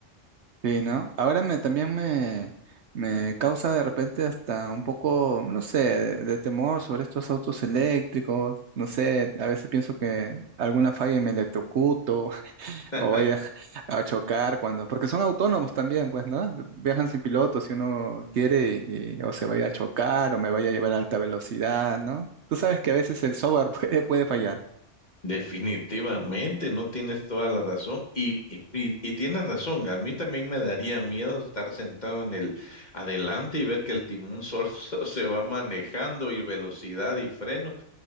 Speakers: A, on the right (about 65°); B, on the left (about 35°).
A: Sí, ¿no? Ahora me también me, me causa de repente hasta un poco, no sé, de, de temor sobre estos autos eléctricos. No sé, a veces pienso que alguna falla y me electrocuto <laughs>
B: <laughs>
A: o vaya a chocar cuando, porque son autónomos también, pues, ¿no? Viajan sin piloto si uno quiere y, y- o se vaya a chocar o me vaya a llevar a alta velocidad, ¿no? Tú sabes que a veces el software <laughs> puede, puede fallar.
B: Definitivamente, no tienes toda la razón. Y, y, y- y tienes razón, a mí también me daría miedo estar sentado en el adelante y ver que el timón solo <laughs> se va manejando y velocidad y freno.